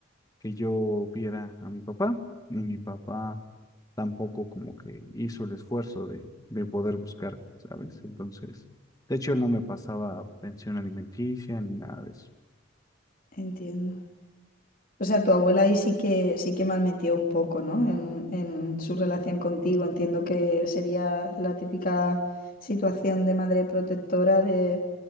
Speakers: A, on the left; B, on the left.
A: que yo viera a mi papá y mi papá tampoco como que hizo el esfuerzo de, de poder buscar, ¿sabes? Entonces, de hecho, él no me pasaba pensión alimenticia ni nada de eso.
B: Entiendo. O sea, tu abuela ahí sí que sí que malmetió un poco, ¿no? En, en su relación contigo. Entiendo que sería la típica situación de madre protectora de